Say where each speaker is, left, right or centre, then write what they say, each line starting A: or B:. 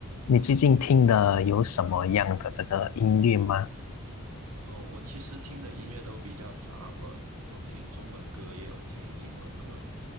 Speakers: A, on the left; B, on the right.
A: 你最近听的有什么样的这个音乐吗？
B: 哦，我其实听的音乐都比较杂，我有听中文歌，也有听英文歌。